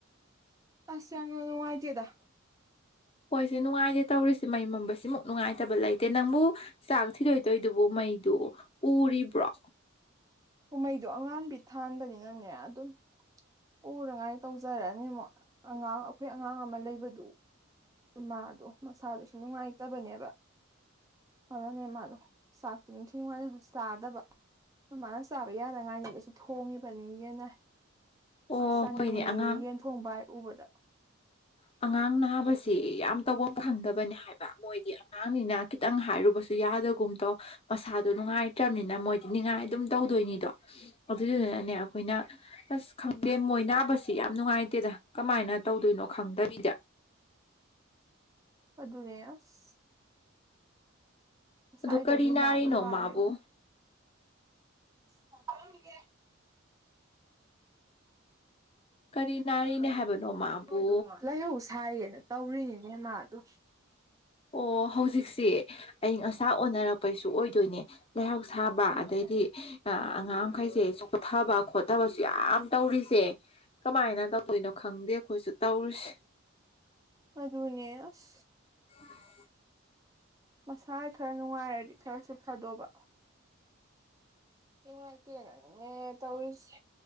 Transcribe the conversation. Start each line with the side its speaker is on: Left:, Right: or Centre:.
Right: ꯑꯁ ꯌꯥꯝꯉꯥꯏꯇꯤꯦꯗ
Left: ꯀꯣꯏꯁꯅꯨꯡꯉꯥꯏ ꯇꯧꯔꯤꯁꯤ ꯃꯩ ꯃꯝꯕꯁꯤꯃꯨꯛ ꯅꯨꯡꯉꯥꯏꯇꯕ ꯂꯩꯇꯦ ꯅꯪꯕꯨ ꯆꯥꯛ ꯊꯤꯗꯣꯏꯗꯣꯏꯗꯨꯕꯨ ꯃꯩꯗꯨ ꯎꯔꯤꯕ꯭ꯔꯣ
Right: ꯀꯨꯝꯍꯩꯗꯣ ꯑꯉꯥꯡꯕꯤ ꯊꯥꯟꯕꯅꯤꯅꯅꯦ ꯑꯗꯨꯝ ꯎꯅꯉꯥꯏꯅ ꯇꯧꯖꯔꯛꯑꯅꯤꯕꯨꯛ ꯑꯉꯥꯡ ꯑꯩꯈꯣꯏ ꯑꯉꯥꯡ ꯑꯃ ꯂꯩꯕꯗꯨ ꯃꯥꯗꯣ ꯃꯁꯥꯗꯁꯨ ꯅꯨꯡꯉꯥꯏꯇꯕꯅꯦꯕ ꯑꯗꯨꯅꯦ ꯃꯥꯗꯣ ꯆꯥꯛꯇꯨ ꯅꯤꯡꯊꯤ ꯅꯨꯡꯉꯥꯏꯅꯁꯨ ꯆꯥꯗꯕ ꯑꯗꯨ ꯃꯥꯅ ꯆꯥꯕ ꯌꯥꯅꯉꯥꯏꯅꯤꯗꯁꯨ ꯊꯣꯡꯉꯤꯕꯅꯤꯅ
Left: ꯑꯣ
Right: ꯁꯥꯅꯤ
Left: ꯍꯣꯏꯅꯦ ꯑꯉꯥꯡ
Right: ꯌꯦꯟ ꯊꯣꯡꯕ ꯑꯣꯕꯗ
Left: ꯑꯉꯥꯡ ꯅꯥꯕꯁꯤ ꯌꯥꯝ ꯇꯐꯝ ꯈꯪꯗꯕꯅꯦ ꯍꯥꯏꯕ ꯃꯣꯏꯗꯤ ꯑꯉꯥꯡꯅꯤꯅ ꯈꯤꯇꯪ ꯍꯥꯏꯔꯨꯕꯁꯨ ꯌꯥꯗꯒꯨꯝ ꯇꯧ ꯃꯁꯥꯗꯣ ꯅꯨꯡꯉꯥꯏꯇ꯭ꯔꯕꯅꯤꯅ ꯃꯣꯏꯗꯤ ꯅꯤꯡꯉꯥꯏ ꯑꯗꯨꯝ ꯇꯧꯗꯣꯏꯅꯤꯗꯣ ꯑꯗꯨꯗꯨꯅꯅꯦ ꯑꯩꯈꯣꯏꯅ ꯑꯁ ꯈꯪꯗꯦ ꯃꯣꯏ ꯅꯥꯕꯁꯤ ꯌꯥꯝ ꯅꯨꯡꯉꯥꯏꯇꯦꯗ ꯀꯃꯥꯏꯅ ꯇꯧꯗꯣꯏꯅꯣ ꯈꯪꯗꯕꯤꯗ
Right: ꯑꯗꯨꯅꯦ ꯑꯁ ꯉꯁꯥꯏꯗꯒꯤ
Left: ꯑꯗꯨ ꯀꯔꯤ ꯅꯥꯔꯤꯅꯣ
Right: ꯃꯥꯗꯣ ꯋꯥꯔꯦ
Left: ꯃꯥꯕꯨ
Right: ꯊꯣꯛꯃꯒꯤꯒꯦ
Left: ꯀꯔꯤ ꯅꯥꯔꯤꯅꯦ ꯍꯥꯏꯕꯅꯣ ꯃꯥꯕꯨ
Right: <inaudible> ꯂꯥꯏꯍꯧ ꯁꯥꯏꯌꯦꯅ ꯇꯧꯔꯤꯅꯤ ꯍꯅꯦ ꯃꯥ ꯑꯗꯨꯗꯨ
Left: ꯑꯣ ꯍꯧꯖꯤꯛꯁꯦ ꯑꯌꯪ ꯑꯁꯥ ꯑꯣꯟꯅꯔꯛꯄꯩꯁꯨ ꯑꯣꯏꯗꯣꯏꯅꯦ ꯂꯩꯍꯥꯎ ꯁꯥꯕ ꯑꯗꯩꯗꯤ ꯑꯉꯥꯡ ꯃꯈꯈꯩꯁꯦ ꯆꯣꯛꯈꯊꯕ ꯈꯣꯊꯕꯁꯨ ꯌꯥꯝ ꯇꯧꯔꯤꯁꯦ ꯀꯃꯥꯏꯅ ꯇꯧꯗꯣꯏꯅꯣ ꯈꯪꯗꯦ ꯑꯩꯈꯣꯏꯁꯨ ꯇꯧꯔꯤꯁꯦ
Right: ꯑꯗꯨ ꯑꯗꯨꯅꯦꯁ
Left: ꯎꯝ
Right: ꯃꯁꯥ ꯈꯔ ꯅꯨꯡꯉꯥꯏꯔꯗꯤ ꯈꯔꯁꯨ ꯐꯗꯧꯕ ꯏꯃ ꯀꯦ ꯅꯅꯦ ꯇꯧꯁꯤ